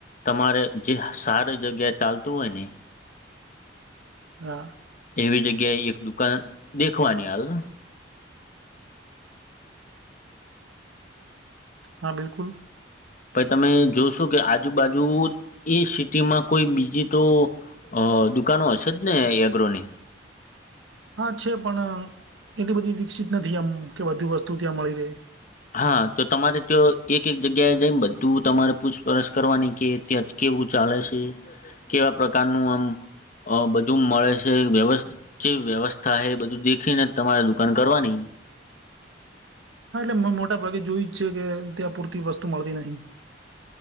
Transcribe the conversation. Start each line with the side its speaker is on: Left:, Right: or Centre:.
Left: તમારે જે સારી જગ્યાએ ચાલતું હોય ને
Right: હા
Left: એવી જગ્યાએ એક દુકાન દેખવાની આવે.
Right: હા બિલકુલ.
Left: પછ તમે જોશો કે આજુબાજુ એ સિટીમાં કોઈ બીજી તો અ દુકાનો હશે જ ને એગ્રોની.
Right: હા છે પણ એટલી બધી વિકસિત નથી એમ કે વધધુ વસ્તુ ત્યાં મળી રહે.
Left: હા તો તમારે તો એક એક જગ્યાએ જાયને બધું તમારે પૂછપરછ કરવાની કે ત્યાં જ કેવું ચાલે છે કેવા પ્રકારનું આમ બધું મળે છે વ્યવસ્ જે વ્યવસ્થા હ એ બધું દેખીને તમારે દુકાન કરવાની.
Right: હા એટલે મોટા ભાગે જોય જ છે કે ત્યાં પૂરતી વસ્તુ મળતી નહીં.